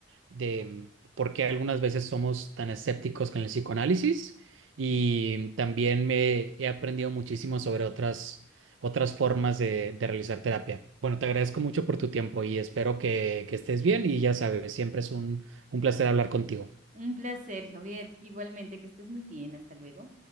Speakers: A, on the right; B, on the right.
A: de mm, por qué algunas veces somos tan escépticos con el psicoanálisis y también me he aprendido muchísimo sobre otras, otras formas de, de realizar terapia. Bueno, te agradezco mucho por tu tiempo y espero que, que estés bien y ya sabes, siempre es un, un placer hablar contigo.
B: Un placer, Javier. Igualmente, que estés muy bien. Hasta luego.